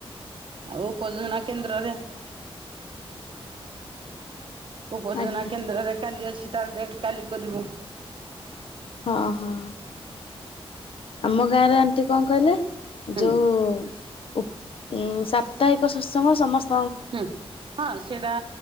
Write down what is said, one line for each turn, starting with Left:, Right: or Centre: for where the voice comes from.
Right: ଆଉ ପଜଦ <inaudible> ନା କେନ୍ଦ୍ରରେ ଉପଜନା
Left: ଆଜ୍ଞା
Right: କେନ୍ଦ୍ରରେ କାଲି ଅଛି। ତାର ଡେଟ୍ କାଲି କରିବୁ।
Left: ହଁ ହଁ। ଆମ ଗାଁରେ ଆଣ୍ଟି କଣ କହିଲେ
Right: ହୁଁ
Left: ଯଉଁ ଉ ସାପ୍ତାହିକ ସତ୍ସଙ୍ଗ ସମସ୍ତ
Right: ହୁଁ ହଁ ସେଇଟା